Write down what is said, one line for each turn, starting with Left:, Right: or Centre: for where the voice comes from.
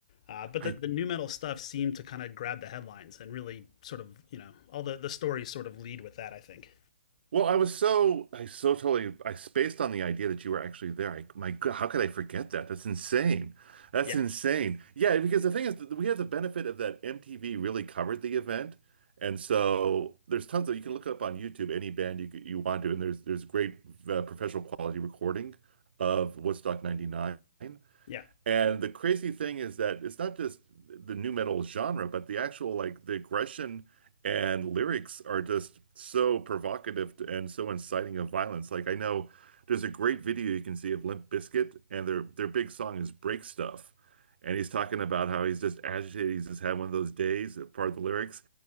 Left: uh but
Right: I
Left: the, the new metal stuff seemed to kind of grab the headlines and really sort of you know all the the stories sort of lead with that i think
Right: Well, I was so I so totally I spaced on the idea that you were actually there. I, my God, how could I forget that? That's insane. That's
Left: Yeah.
Right: insane. Yeah, because the thing is that we have the benefit of that MTV really covered the event, and so there's tons of you can look up on YouTube any band you could- you want to, and there's there's great uh, professional quality recording of Woodstock '99.
Left: yeah
Right: And the crazy thing is that it's not just the new metal genre, but the actual like the aggression and lyrics are just so provocative and so inciting of violence. Like I know there's a great video you can see of Limp Bizkit, and their their big song is Break Stuff. And he's talking about how he's just agitated, he's just had one of those days, part of the lyrics.